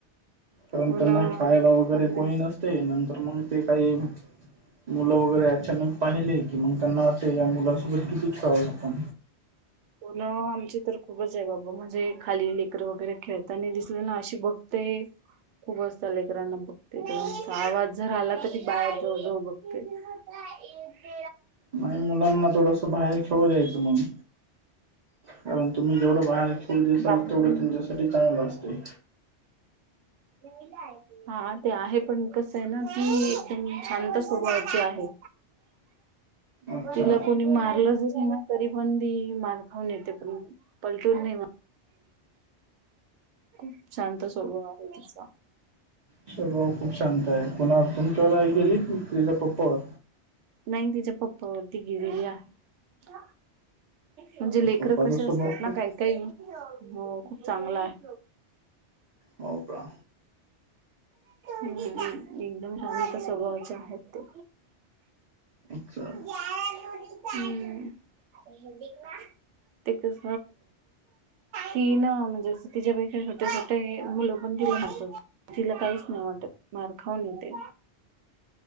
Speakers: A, on the right; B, on the right.
A: कारण
B: हो
A: त्यांना
B: ना
A: खेळायला
B: ऐकत
A: वगैरे
B: पण नाही
A: कोणी नस तय. नंतर मग ते काही मुलं वगैरे अचानक पाहिले की मग त्यांना असं या मुलासोबत किती खेळावं आपण
B: होना. आमची तर खूपच आहे बाबा म्हणजे खाली लेकरं वगैरे खेळताना दिसलीना अशी बघते. खूप असता लेकरांना बघते त्यांचा आवाज जर आला त बाहेर जाऊ जाऊ बघते. ते
A: नाही मुलांना थोडस बाहेर खेळू दयचं मग कारण तुम्ही जेवढं बाहेर ेढ दिसाल
B: बाहेरून
A: तेवढं तुमच्यासाठी चांगलं असते.
B: म काय हा ते आहे पण कस आहे ना ती एकदम शांत स्वभळाची आहे.
A: अच्छा.
B: तिला कोणी मारलंचस ना, तरी पण ती मारखाऊून येते पण पलटून नाही. खूप शांत स्वभाव आहे तिचा
A: स्वभाव खूप शांत आहे. कुणावर तुमच्यावर गेली की तिचा पप्पावर
B: नाही तिच्या पप्पावरती गेलेली आहे. म्हणजे लेकर
A: पप्पाचा
B: कसे
A: स्वभाव
B: असतात ना
A: खूप
B: काही काही हो खूप चांगलं आहे.
A: हो का,
B: एकदम शांत स्वभावाचे आहेत ते,
A: अच्छा.
B: जय <inaudible> ते कस ती ना म्हणजे तिच्यापै का होते, मुलं पण तिला म्हार तिला काहीच नाही वाटत मार खाऊन येते,